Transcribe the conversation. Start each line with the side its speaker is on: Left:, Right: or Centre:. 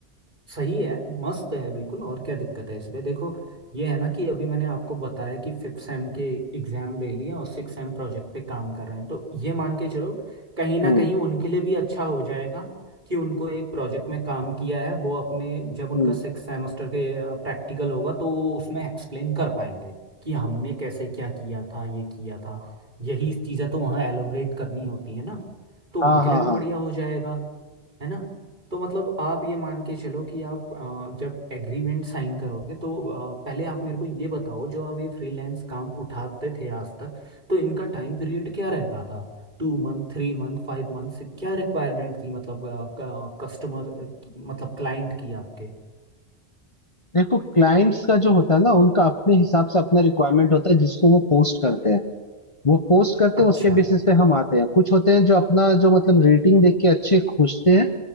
Right: सही है मस्त है बिल्कुल और क्या दिक्कत है इसमें देखो ये है ना कि अभी मैंने आपको बताया कि फिफ्थ सेम के एग्जाम दे लिए हैं और सिक्स सेम प्रोजेक्ट पे काम कर रहे हैं तो ये मान के चलो कहीं ना
Left: हम्म
Right: कहीं उनके लिए भी अच्छा हो जाएगा कि उनको एक प्रोजेक्ट में काम किया है वो अपने जब उनका
Left: हम्म
Right: सिक्स सेमेस्टर के प्रैक्टिकल होगा तो वो उसमें एक्सप्लेन कर पाएंगे कि हमने कैसे क्या किया था ये किया था यही चीज़ें तो वहाँ एलोबरेट करनी होती है ना तो
Left: हाँ
Right: उनके
Left: हाँ
Right: लिए भी
Left: हाँ
Right: बढ़िया हो जाएगा है ना तो मतलब आप ये मान के चलो कि आप अ, जब एग्रीमेंट साइन करोगे तो अ, पहले आप मेरे को ये बताओ जो आप ये फ्रीलांस काम उठाते थे आज तक तो इनका टाइम पीरियड क्या रहता था two month three month five month से क्या रिक्वायरमेंट थी मतलब कस्टमर मतलब क्लाइंट की आपके
Left: देखो क्लाइंट्स का जो होता है ना उनका अपने हिसाब से अपना रिक्वायरमेंट होता है जिसको वो पोस्ट करते हैं वो पोस्ट करते
Right: अच्छा
Left: हैं उसके बेसिस पे हम आते हैं कुछ होते हैं जो अपना जो मतलब रेटिंग देख के अच्छे खोजते हैं